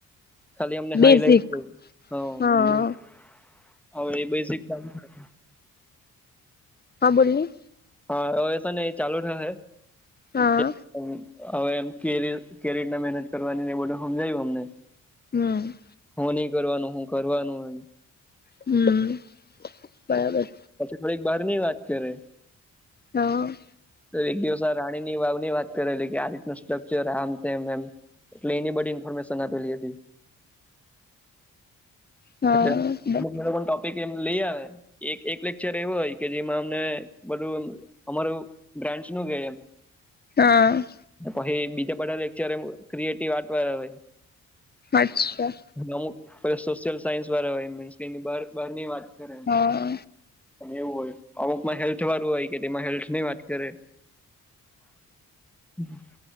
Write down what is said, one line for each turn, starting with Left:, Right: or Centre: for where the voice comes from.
Centre: ખાલી અમને
Left: બેઝિક
Centre: હાઈલાઈટ
Left: હા
Centre: <unintelligible> હવે એ બેસિક <unintelligible>
Left: હા બોલને.
Centre: હા હવે સે ને એ ચાલુ થહે.
Left: હા
Centre: <unintelligible> અમ હવે, એમ કે, કે રીતના મહેનત કરવાની ને બધુ સમજાયું અમને.
Left: હમ.
Centre: હું નહી કરવાનું, હું કરવાનું એમ.
Left: હમ. બરાબર.
Centre: પછી થોડીક બહારની વાત કરે.
Left: હા.
Centre: તો એક દિવસ આ રાણીની વાવની વાત કરેલી કે, આ રીતનું સ્ટ્રકચર આમ તેમ એમ. એટલે એની બડી ઇન્ફોર્મેન આપેલી હતી.
Left: હા
Centre: એટલે અમુક તે લોકોન ટોપિક એમ લઈ આવે. એક એક લેક્ચર એવું હોય કે, જેમાં અમને બધું અમારું બ્રાન્ચનું ગે એમ.
Left: હા.
Centre: પહી બીજા બધા લેક્ચર એમ ક્રિએટિવ આટવા આવે.
Left: અચ્છા
Centre: અમુક પ સોશિયલ સાયન્સવાળા હોય, મીન્સ કે એની બાર બહારની વાત કરે.
Left: હા
Centre: અને એવું હોય, અમુકમાં હેલ્થવાળું હોય કે, તેમાં હેલ્થની વાત કરે. <unintelligible>